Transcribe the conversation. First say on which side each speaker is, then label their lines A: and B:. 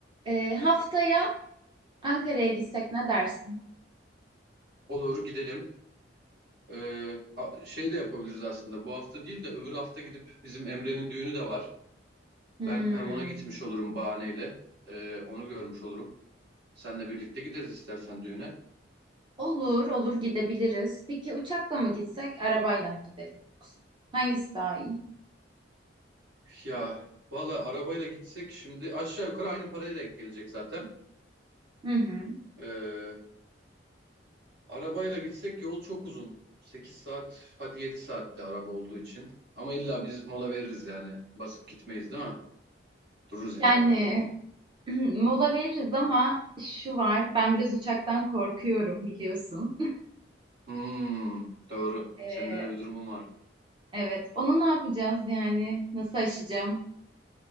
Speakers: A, on the right; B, on the right.
A: Ee, haftaya Ankara'ya gitsek ne dersin?
B: Olur gidelim. Ee, a- şey de yapabiliriz aslında. Bu hafta değil de öbür hafta gidip bizim Emre'nin düğünü de var.
A: Hmm.
B: Ben hem ona gitmiş olurum bahaneyle. Ee, onu görmüş olurum. Seninle birlikte gideriz istersen düğüne.
A: Olur, olur gidebiliriz. Peki uçakla mı gitsek, arabayla mı gidelim yoksa? Hangisi daha iyi?
B: Ya valla arabayla gitsek şimdi aşağı yukarı aynı paraya denk gelecek zaten.
A: Hı hı.
B: Ee, arabayla gitsek yol çok uzun. Sekiz saat hadi 7 saatte araba olduğu için. Ama illa biz mola veririz yani. Basıp gitmeyiz değil mi? Dururuz illa
A: Yani
B: bir yerlerde.
A: <clears throat> mola veririz ama şu var, ben biraz uçaktan korkuyorum biliyorsun. <laughs>
B: Hmm, doğru.
A: Ee,
B: Senin öyle bir durumun var.
A: evet, onu ne yapacağız yani? Nasıl aşacağım?